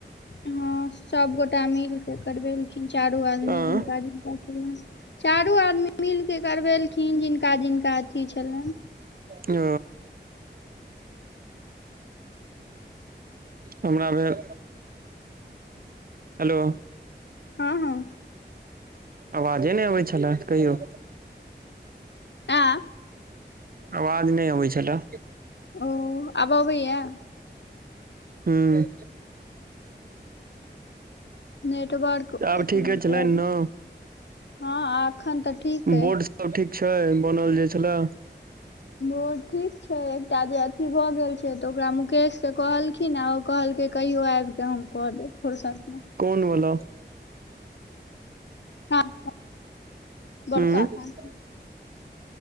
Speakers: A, on the left; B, on the right.
A: हँ सबगोटा मिलके करबेलखिन चारू आदमी
B: आँ
A: जिनका-जिनका छलनिहे चारू आदमी मिलके करबेलखिन जिनका जिनका अथी छलैन्हि
B: ओ हमरा भेल हेलो
A: हँ हँ
B: आवाजे नहि अबै छलै, कहियौ
A: ऐं
B: आवाज नहि अबै छलए
A: ओ, आब अबैए?
B: हँ
A: नेटवर्क
B: आब ठीक
A: कोनो
B: अछि लाइन
A: प्रॉब्लम
B: ने?
A: हँ एखन तऽ ठीक
B: बोर्ड
A: अइ
B: सब ठीक छै बनल जे छलै?
A: बोर्ड ठीक छै एकटा जे अथी भऽ गेल छै, तऽ ओकरा मुकेश के कहलखिनए कहलकै कहियो आबिकऽ हम कऽ देब फुरसतमे
B: कोन वला?
A: हॅं, बड़का
B: उंम्म
A: भाइ